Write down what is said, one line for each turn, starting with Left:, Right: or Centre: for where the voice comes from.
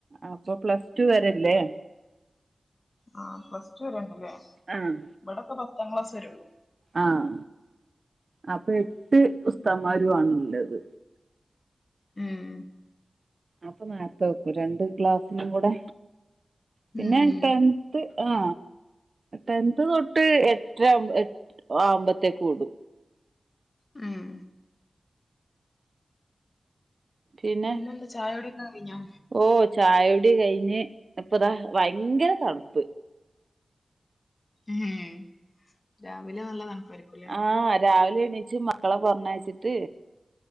Right: അപ്പൊ പ്ലസ് ടു വരല്ലേ
Left: ആ പ്ലസ് ടു വരെണ്ടല്ലേ
Right: ആഹ്
Left: ഇവിടൊക്കെ പത്താം ക്ലാസ് വരള്ളൂ
Right: ആഹ അപ്പൊ എട്ട് ഉസ്താന്ന്മാരു ആണുള്ളത്
Left: ഉം
Right: അപ്പൊ നേരത്തെ വെക്കൂ രണ്ട് ക്ലാസിനും കൂടെ പിന്നെട്ടൻ
Left: ഉം ഉം
Right: ഏട്ട് ആ ടെൻത് തൊട്ട് എട്ടര ആവുമ്പത്തേക്ക് വിടും
Left: ഉം
Right: പിന്നെ
Left: പിന്നെന്താ ചായകുടി ഒക്കെ കയിഞ്ഞോ
Right: ഓ ചായോടി കയിഞ്ഞ് ഇപ്പൊതാ ഭയങ്കര തണുപ്പ്
Left: ഏഹ് രാവിലെ നല്ല തണുപ്പായിരിക്കുംല്ലേ
Right: ആഹ് രാവിലെ എണീച്ച് മക്കളെ പറഞ്ഞയച്ചിട്ട്